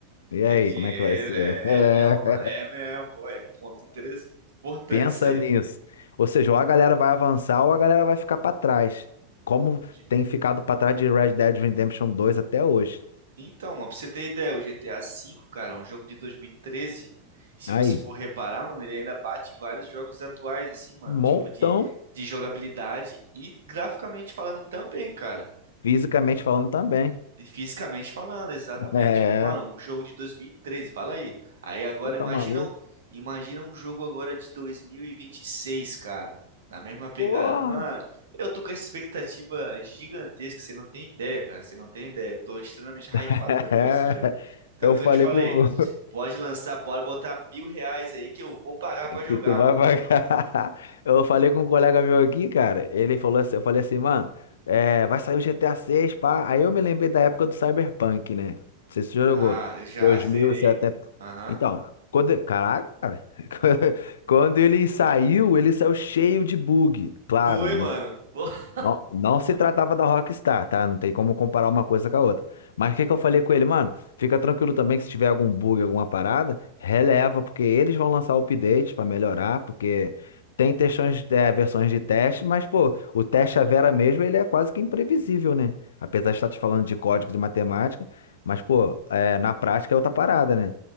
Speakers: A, on the left (about 60°); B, on the right (about 60°).
A: E
B: Tem
A: aí,
B: dinheiro,
A: como é que vai ser?
B: é,
A: É.
B: é mesmo, mano. É mesmo, pô, é um ponto interessante, importante
A: Pensa
B: isso aí.
A: nisso. Ou seja, ou a galera vai avançar ou a galera vai ficar pra trás. Como
B: De-
A: tem ficado pra trás de Red Dead Redemption dois até hoje.
B: Então, mano, pra você ter ideia, o GTA V, cara, é um jogo de 2013. Se
A: Aí,
B: você for reparar, mano, ele ainda bate vários jogos atuais, assim, mano.
A: um
B: Tipo,
A: montão,
B: de, de jogabilidade e graficamente falando também, cara.
A: fisicamente falando também. <laughs>
B: E Fisicamente falando, exatamente.
A: É.
B: Tipo, mano, um jogo de 2013, fala aí. Aí agora
A: Pô, tá
B: imagina,
A: maluco?
B: imagina um jogo agora de 2026, cara. Na mesma pegada.
A: Porra!
B: Mano, eu tô com essa expectativa gigantesca, você não tem ideia, cara. Você não tem ideia. Eu tô extremamente hypado
A: <laughs>
B: pra jogar
A: É.
B: esse jogo. Tanto
A: Eu falei
B: que eu te falei,
A: com. <laughs>
B: pode lançar, pode botar mil reais aí que eu vou pagar pra jogar,
A: Que tu vai
B: mano.
A: pagar. <laughs> Eu falei com um colega meu aqui, cara. Ele falou assim, eu falei assim, mano, é, vai sair o GTA 6, pá. Aí eu me lembrei da época do Cyberpunk, né? Não sei se você já
B: Ah,
A: jogou.
B: já
A: 2070.
B: zerei. Aham.
A: Então, quando, caraca, cara. <laughs> Quando ele saiu, ele saiu cheio de bug. Claro,
B: Foi, mano. <laughs>
A: não, não se tratava da Rockstar, tá? Não tem como comparar uma coisa com a outra. Mas o que que eu falei com ele, mano? Fica tranquilo também que se tiver algum bug, alguma parada, releva, porque eles vão lançar o update pra melhorar, porque tem textões, é, versões de teste, mas, pô, o teste a Vera mesmo, ele é quase que imprevisível, né? Apesar
B: Aham.
A: de estar te falando de código de matemática, mas, pô, é, na prática é outra parada, né?